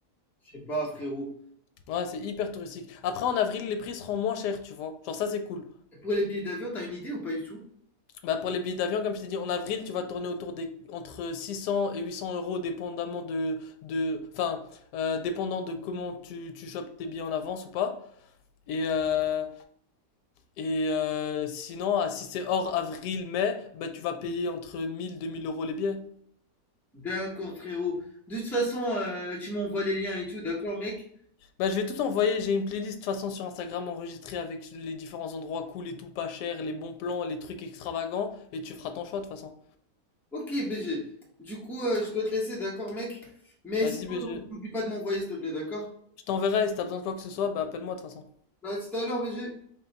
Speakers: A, in the centre; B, on the left.
A: Je sais pas, frérot.
B: Ouais, c'est hyper touristique. Après, en avril, les prix seront moins chers, tu vois. Genre, ça, c'est cool.
A: Et pour les billets d'avion, t'as une idée ou pas du tout?
B: Bah, pour les billets d'avion, comme je t'ai dit, en avril, tu vas tourner autour des entre 600 et 800 euros, dépendamment de, de, enfin, euh, dépendant de comment tu, tu chopes tes billets en avance ou pas. Et, euh, et euh, sinon, ah, si c'est hors avril, mai, bah, tu vas payer entre mille deux mille euros les billets.
A: D'accord, frérot. De toute façon, euh, tu m'envoies les liens et tout, d'accord, mec?
B: Bah, je vais tout envoyer. J'ai une playlist, de toute façon, sur Instagram enregistrée avec les différents endroits cool et tout pas cher, les bons plans, les trucs extravagants, et tu feras ton choix, de toute façon.
A: Ok, BG. Du coup, euh, je dois te laisser, d'accord, mec? Mais
B: Vas-y,
A: sinon,
B: BG.
A: n'oublie pas de m'envoyer, s'il te plaît, d'accord?
B: Je t'enverrai, si t'as besoin de quoi que ce soit, bah appelle-moi de toute façon.
A: Bah, à tout à l'heure, BG.